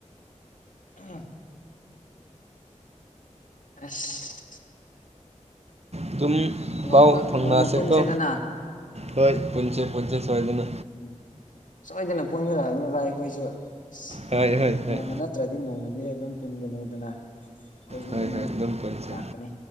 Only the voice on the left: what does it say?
ꯑ <inaudible> ꯑꯁ
ꯅꯣꯡꯃ
ꯅꯣꯡꯃ ꯄꯨꯟꯁꯤꯗꯅ
ꯎ ꯁꯣꯏꯗꯅ ꯄꯒꯦ ꯂꯜꯅꯤ ꯥꯏ ꯀꯣꯏꯁꯨ
ꯅꯣꯡꯃ
ꯅꯣꯡꯃ ꯅꯠꯇ꯭ꯔꯗꯤ ꯅꯣꯡꯃꯗꯤ ꯑꯗꯨꯝ ꯄꯨꯟꯒꯅꯤ ꯑꯗꯨꯅ ꯑꯩꯈꯣꯏꯁꯨ
ꯑꯗꯨꯝ
ꯂꯥꯛꯀꯅꯤ